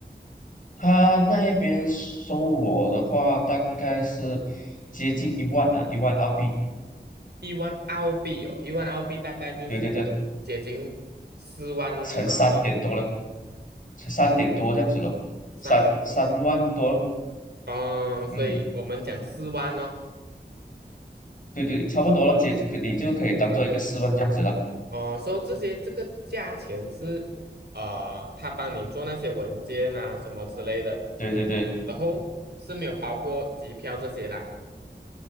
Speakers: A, on the left (about 50°); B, on the right (about 70°).
A: 他那边收我的话大概是接近一万啊，一万澳币。
B: 一万澳币哦，一万澳币大概就是我们接近四万马币，
A: 对对对，乘三点多了，乘三点多这样子咯，
B: 三点多。
A: 三三万多咯
B: 嗯，所以我们讲四万哦。
A: 嗯，对对，差不多了，姐，你就可以当做一个四万这样子了。
B: 哦，所以这些这个价钱是呃，他帮你做那些文件啊什么之类的，
A: 对对对，
B: 然后是没有包括机票这些啦。